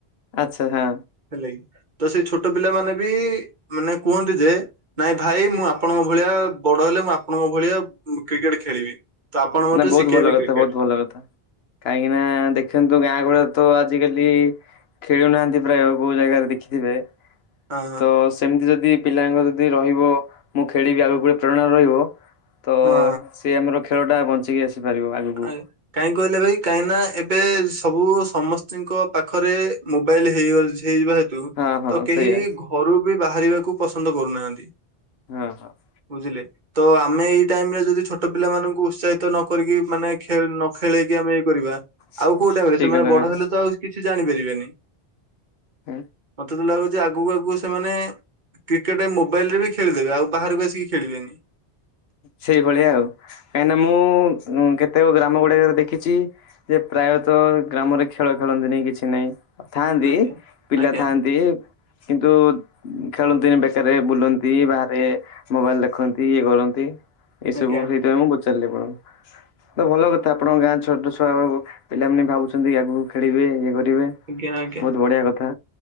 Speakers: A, on the left; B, on the right.
A: ଆଚ୍ଛା ହଁ।
B: ହେଲା କିି ତ ସେଇ ଛୋଟ ପିଲା ମାନେ ବି ମାନେ କୁହନ୍ତି ଯେ ନାଇଁ ଭାଇ ମୁଁ ଆପଣଙ୍କ ଭଳିଆ ବଡ ହେଲେ ମୁଁ ଆପଣଙ୍କ ଭଳିଆ କ୍ରିକେଟ ଖେଳିବି। ତ ଆପଣ ମତେ
A: ନା ବହୁତ
B: ଶିକେଇବେ
A: ଭଲ କଥା
B: କ୍ରିକେଟ।
A: ବହୁତ ଭଲ କଥା। କାହିଁକି ନା ଦେଖନ୍ତୁ ଗାଁ ଗହଳିରେ ତ ଆଜିକାଲି ଖେଳୁନାହାନ୍ତି ପ୍ରାୟ ବହୁ ଜାଗାରେ ଦେଖିଥିବେ
B: ହଁ
A: ତ ସେମିତି ଯଦି ପିଲାଙ୍କ ଯଦି ରହିବ ମୁଁ ଖେଳିବି ଆଗକୁ ଗୋଟେ ପ୍ରେରଣା ରହିବ ତ
B: ହଁ
A: ସେ ଆମର ଖେ ଖେଳ ଟା ବଞ୍ଚିକି ଆସିପାରିବ ଆଗକୁ।
B: ଆ କାହିଁ କହିଲେ ଭାଇ କାହିଁକିନା ଏବେ ସବୁ ସମସ୍ତିଙ୍କ ପାଖରେ ମୋବାଇଲ୍ ହେଇଅ ହେଇଯିବା ହେତ
A: ହଁ ହଁ
B: ତୁ କେହି
A: ସେଇଆ
B: ଘରୁ ବି ବାହାରିବାକୁ ପସନ୍ଦ କରୁନାହାନ୍ତି।
A: ହଁ, ହଁ।
B: ବୁଝିଲେ ତ ଆମେ ଏଇ ଟାଇମ୍ ରେ ଯଦି ଛୋଟ ପିଲାମାନଙ୍କୁ ଉତ୍ସାହିତ ନ କରିକି ମାନେ ଖେଳ ନ ଖେଳେଇକି ଆମେ ଇଏ କରିବା,
A: ସେ-
B: ଆଉ କୋଉ ଟାଇମ୍ ରେ
A: ଠିକ
B: ସେମାନେ
A: କଥା
B: ବଡ
A: କହିଲେ
B: ହେଲେ ତ ଆଉ କିଛି ଜାଣିପାରିବେନି।
A: ହଁ।
B: ମୋତେ ତ ଲାଗୁଛି ଆଗକୁ ଆଗକୁ ସେମାନେ କ୍ରିକେଟ୍ ମୋବାଇଲ୍ ରେ ବି ଖେଳିଦେବେ ଆଉ ବାହାରକୁ ଆସିକି ଖେଳିବେନି।
A: ସେଇଭଳିଆ ଆଉ କାହିଁକିନା ମୁଁ ଉଁ, କେତେକ ଗ୍ରାମ ଗୁଡାକରେ ଦେଖିଛି ଯେ ପ୍ରାୟତ ଗ୍ରାମରେ ଖେଳ ଖେଳନ୍ତିନି କିଛି ନାହିଁ। ହଁ ଥାଆନ୍ତି
B: ଆଜ୍ଞା
A: ପିଲା
B: ଆଜ୍ଞା
A: ଥାଆନ୍ତି। କିନ୍ତୁ ଖେଳନ୍ତିନି ବେକାରେ ବୁଲନ୍ତି ବାହାରେ, ମୋବାଇଲ୍ ଦେଖନ୍ତି ଇଏ କରନ୍ ତି ଏଇ
B: ଆଜ୍ଞା
A: ସବୁ ସେଇଥିପାଇଁ ମୁଁ ପଚାରିଲି ଆପଣଙ୍କୁ। ତ ଭଲ କଥା ଆପଣଙ୍କ ଗାଁ ଛୋଟ ଛୁଆ ପିଲାମାନେ ଭାବୁଛନ୍ତି ଆଗକୁ ଖେଳିବେ ଇଏ କରିବେ।
B: ଆଜ୍ଞା ଆଜ୍ଞା
A: ବହୁତ ବଢିଆ କଥା।